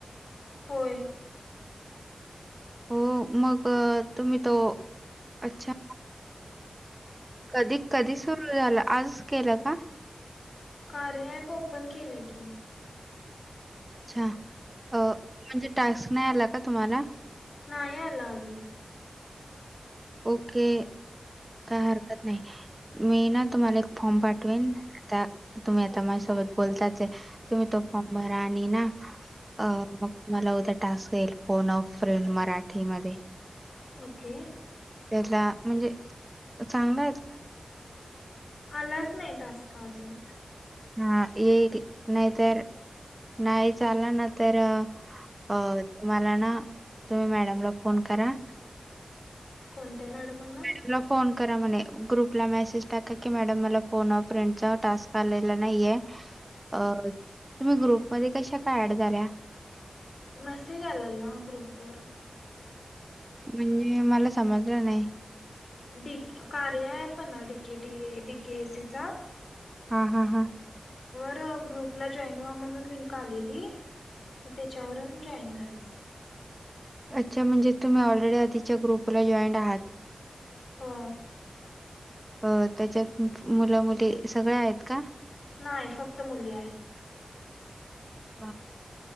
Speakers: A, on the left; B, on the right.
A: होय.
B: हो मग तुम्ही तो अच्छा कधी कधी सुरू झालं आजच केलं का?
A: कार्याॲप ओपन केलय की
B: अच्छा अ म्हणजे टास्क नाही आला का तुम्हाला
A: नाही आला अजून.
B: ओके काय हरकत नाही मी ना तुम्हाला एक फॉर्म पाठवेन आता तुम्ही आता माझ्यासोबत बोलताच आहे मी तो फाॅर्म भरा आणि ना अ मग मला उद्या टास्क येईल फोन अ फ्रेंड मराठीमध्ये.
A: ओके.
B: त्याला म्हणजे चांग
A: आलाच नाही टास्क अजून.
B: हा येईल नाहीतर नाही आला ना तर अ मला ना त मॅडमला फोन करा
A: कोणत्या मॅडमांना.
B: मला फोन करा म्हणे ग्रुपला मेसेज टाक की मॅडम मला फोन अ फ्रेंडचा टास्क आलेला नाहीये. अ तुम्ही ग्रुपमध्ये कशा काय ऍड झाल्या.
A: मेसेज आलेला ग्रुपवर.
B: म्हणजे मला समजलं नाही.
A: डी कार्य आहे का नाहि डीकेटी हे डीकेसीचं
B: हा हा हा
A: तर ग्रुपला जॉईन व्हा म्हणून लिंक आलेली मग त्याच्यावरून जॉईन झालं.
B: अच्छा म्हणजे तुम्ही ऑलरेडी आधीच्या ग्रुपला जॉईंट आहात.
A: हो.
B: अ त्याच्यात मुलं मुली सगळे आहेत का.
A: नाही फक्त मुली आहेत.
B: हा.